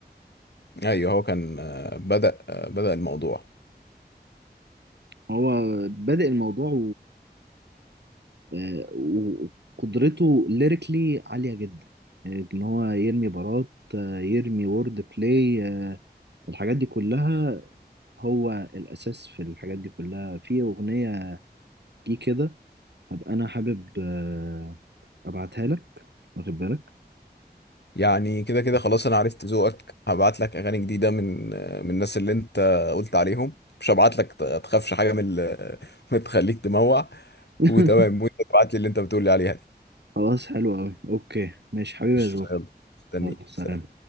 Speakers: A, on the left; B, on the right.
A: أيوه هو كان آه، بدأ آه، بدأ الموضوع
B: هو بادئ الموضوع آه، وقدرته ليريكلي عالية جدا آه، ان هو يرمي بارات آه، يرمي وورد بلاي آه، الحاجات دي كلها هو الاساس في الحاجات دي كلها في اغنية دي كده هبقى انا حابب آه، ابعتها لك واخد بالك
A: يعني كده كده خلاص أنا عرفت ذوقك هبعت لك أغاني جديدة من آه، من الناس اللي أنت قلت عليهم مش هبعت لك ت- تخافش حاجة من ال- <laughs> من تخليك تموع
B: <laughs>
A: وتمام وأنت تبعت لي اللي أنت بتقول لي عليها دي
B: خلاص حلو قوي اوكي ماشي حبيبي
A: قشطة،
B: يا جو
A: يلا مستنيك
B: يلا سلام
A: سلام